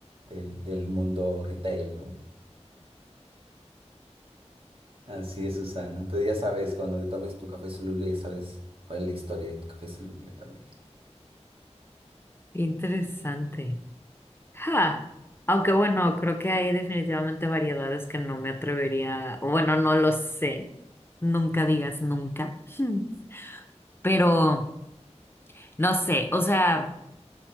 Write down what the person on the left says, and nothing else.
Qué interesante. Ja, aunque bueno, creo que hay definitivamente variedades que no me atrevería, o bueno, no lo sé, nunca digas nunca, <laughs> Hmm. pero no sé, o sea...